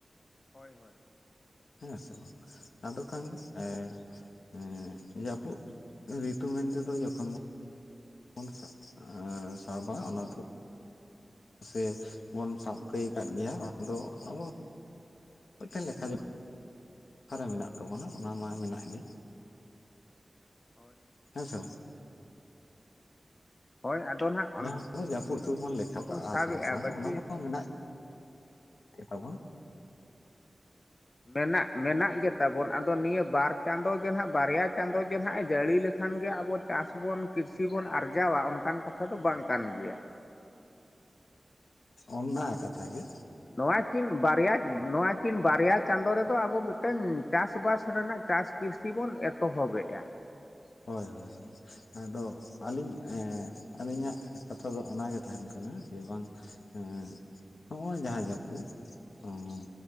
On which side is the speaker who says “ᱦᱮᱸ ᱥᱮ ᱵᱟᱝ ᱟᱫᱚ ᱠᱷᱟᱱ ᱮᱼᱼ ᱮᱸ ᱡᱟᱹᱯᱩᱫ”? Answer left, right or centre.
Left